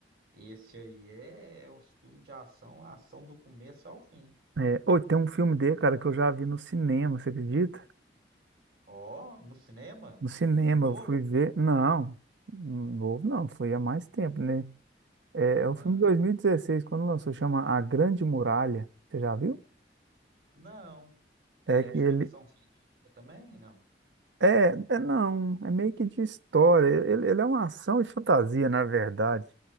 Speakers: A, on the right; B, on the right.
A: esse aí é um filme de ação, ação do começo ao fim.
B: É, ô, tem um filme dele, cara, que eu já vi no cinema, você acredita?
A: Ó, no cinema?
B: No cinema,
A: Novo?
B: eu fui ver, não, novo não, foi há mais tempo, né? É, é um
A: Ah,
B: filme de 2016, quando lançou, chama A Grande Muralha, você já viu?
A: não. É
B: É que
A: de
B: ele,
A: ficção científica também? Não.
B: É, é não, é meio que de história. Ele, ele é uma ação e fantasia, na verdade.